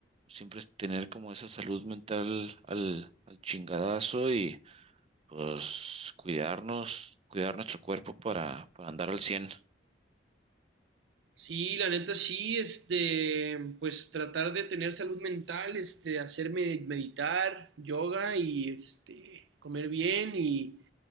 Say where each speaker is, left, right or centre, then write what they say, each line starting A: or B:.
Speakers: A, on the right; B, on the right.
A: siempre es tener como esa salud mental al, al chingadazo y Pues cuidarnos, cuidar nuestro cuerpo para, para andar al 100.
B: Sí, la neta sí, este, pues tratar de tener salud mental, este, hacerme meditar, yoga y este, comer bien y,